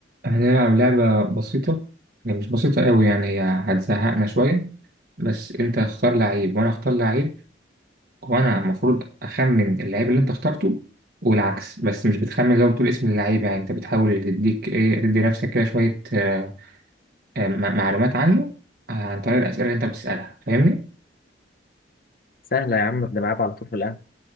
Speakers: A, on the right; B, on the left.
A: هنلعب لعبة بسيطة يعني مش بسيطة قوي يعني هي هتزهقنا شوية بس أنت اختار لعيب وأنا اختار لعيب وأنا المفروض أخمن اللعيب اللي أنت اخترته والعكس بس مش بتخمن لو بتقول اسم اللعيب يعني أنت بتحاول تديك إيه تدي نفسك كده شوية آه، آه، مع- معلومات عنه آه، عن طريق الأسئلة اللي أنت بتسألها فاهمني؟
B: سهلة يا عم بنلعب على طول في القهوة